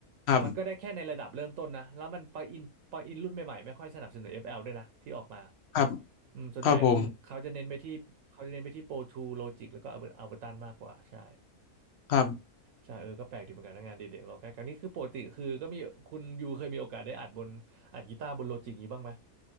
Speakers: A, on the left; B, on the right.
A: ครับ
B: มันก็ได้แค่ในระดับเริ่มต้นนะแล้วมันปลั๊กอินปลั๊กอินรุ่นใหม่ๆไม่ค่อยสนับสนุนเอฟแอลด้วยนะที่ออกมา
A: ครับ
B: อืมส่วนใหญ่คือเขาจะเน้นไปที่เขาจะเน้นไปที่
A: ครับผม
B: Pro ทู Logic แล้วก็ Ableton มากกว่าใช่
A: ครับ
B: ใช่เออก็แปลกดีเหมือนกันนะงานเด็กๆเราใกล้กันนี่คือปกติคือก็มีคุณยูเคยมีโอกาสได้อัดบนอัดกีตาร์บนโลจิกนี้บ้างไหม